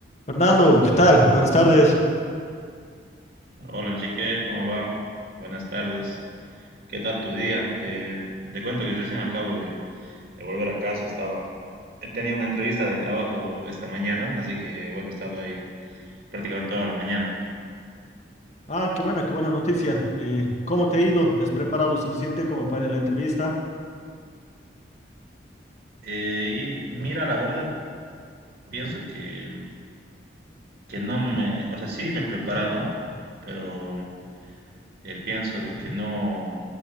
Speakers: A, on the left (about 35°); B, on the right (about 55°).
A: Fernando, ¿qué tal? Buenas tardes.
B: Hola Enrique, ¿cómo va? Buenas tardes. ¿Qué tal tu día? Te, te cuento que recién acabo de, de volver a casa. Estaba, eh, tenía una entrevista de trabajo esta mañana, así que bueno, he estado ahí prácticamente toda la mañana.
A: Ah, qué buena, qué buena noticia. Eh, ¿cómo te ha ido? ¿Te has preparado lo suficiente como para la entrevista?
B: Eh, y mira, la verdad, pienso que, que no me, o sea, sí me he preparado, pero eh, pienso de que no,